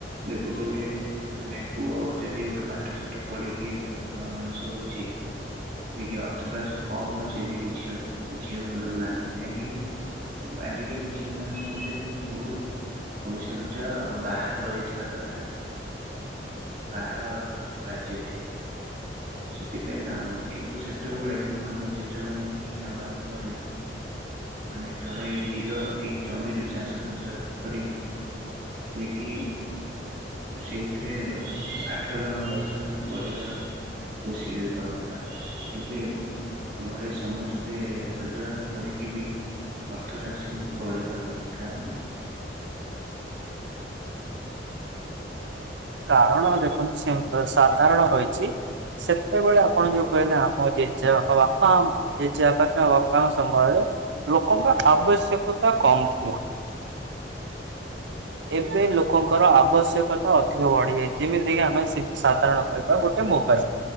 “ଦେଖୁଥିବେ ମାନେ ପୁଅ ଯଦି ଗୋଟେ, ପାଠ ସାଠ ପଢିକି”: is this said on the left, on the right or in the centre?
Right